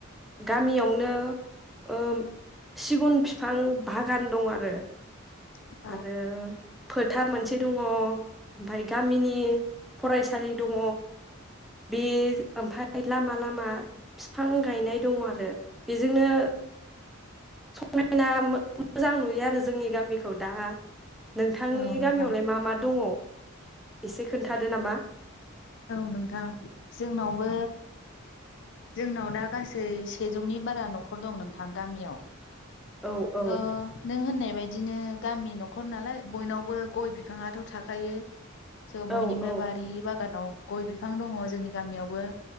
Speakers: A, in the centre; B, on the left.
A: गामियावनो सिगुन बिफां बागान दं आरो
B: <inaudible>
A: <inaudible> फोथार मोनसे दङ ओमफ्राय गामिनि फरायसालि दङ बे ओमफ्राय लामा लामा बिफां गायनाय दङ आरो बेजोंनो समायना मोजां नुयो आरो जोंनि गामिखौ दा नोंथांनि
B: औ नोंथां
A: गामियावलाय मा मा दङ? एसे खोन्थादो नामा।
B: औ नोंथां जोंनावबो जोंनाव दा गासै सेजौनि बारा नखर दं नोंथां गामियाव।
A: औ औ
B: थ नों होननाय बेबायदिनो गामि न'खर नालाय बयनावबो गय बिफाङाथ' थाखायो स' बयनिबो
A: औ औ
B: बारि बाग गानाव गय बिफां दङ जोंनि गामियावबो